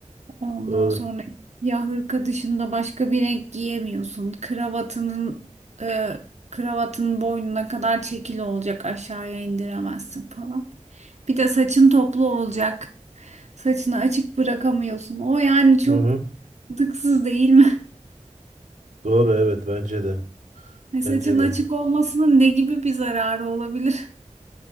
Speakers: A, on the right (about 60°); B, on the right (about 85°).
A: Ondan
B: Doğru.
A: sonra ya hırka dışında başka bir renk giyemiyorsun. Kravatının e, kravatın boynuna kadar çekili olacak aşağıya indiremezsin falan. Bir de saçın toplu olacak. Saçını açık bırakamıyorsun. O yani çok
B: Hı hı.
A: dıksız değil mi?
B: Doğru evet bence de.
A: <laughs>
B: Bence
A: Saçın
B: de.
A: açık olmasının ne gibi bir zararı olabilir?